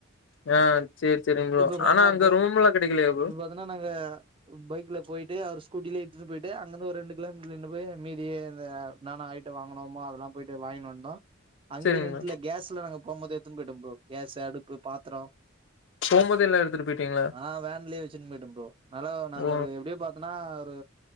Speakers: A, on the left (about 60°); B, on the right (about 25°).
A: ஆ சேரி சேரிங் ப்ரோ
B: இப்ப பாத்தன்னா
A: ஆனா அங்க
B: இப்போ
A: ரூம் எல்லா கெடைக்கிலியா ப்ரோ
B: இப்ப பாத்தீன்னா நாங்க பைக்ல போயிட்டு அவரு ஸ்கூட்டிலேய இட்டுன்னு போயிட்டு அங்கிருந்து ஒரு ரெண்டு கிலோமீட்டர்ல இட்டுனு போயி மீதி இந்த நானே ஆயி என்னன்ன வாங்கினோமோ அத எல்லா போயிட்டு வாங்கினோ வந்தோ அங்க
A: சேரிங்க
B: ரெண்டுல கேஸ்ல நாங்க போம் போது எடுத்துட்டு போயிட்டோ ப்ரோ கேஸ்சு அடுப்பு பாத்தரோ
A: போம்போதே எல்லா எடுத்துட்டு போயிட்டீங்களா
B: ஆ வேன்லயே வெச்சுன்னு போய்டோ ப்ரோ அதனால நாங்க
A: ஓ
B: ஒரு எப்டியே பாத்தோன்னா ஒரு